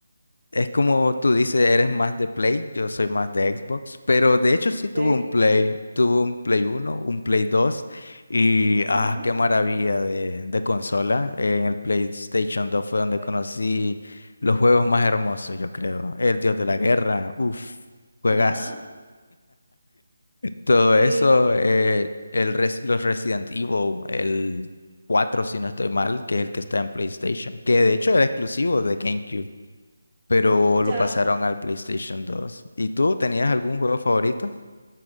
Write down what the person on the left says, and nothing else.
Es como tú dices, eres más de Play, yo soy más de Xbox, pero de hecho sí tuve
un Play, tuve un Play uno, un Play 2 y ah,
qué maravilla de, de consola. En el PlayStation 2 fue donde
conocí los juegos más hermosos, yo creo. El Dios de la Guerra, uff, juegas.
Todo
eso, eh, el res- los Resident Evil, el 4 si no estoy mal, que es el que está en PlayStation, que de hecho era exclusivo de GameCube pero lo
pasaron al PlayStation 2. ¿Y tú tenías algún juego favorito?